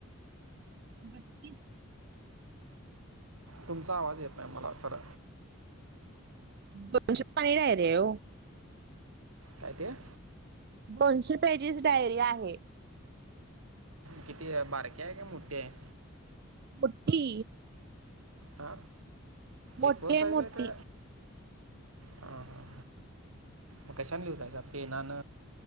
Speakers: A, on the right (about 45°); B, on the right (about 80°).
A: बत्तीस.
B: तुमचा आवाज येत नाही मला थोडा.
A: दोनशे पाने आहे हो.
B: काय ते?
A: दोनशे पेजीस डायरी आहे.
B: किती बारके आहे का मोठे आहे.
A: मोट्टी...
B: ह
A: मोठी
B: ए फोर
A: आहे
B: सईज
A: मोठी.
B: हे का? ह हा ह मग कशान लिहतायचा पेनन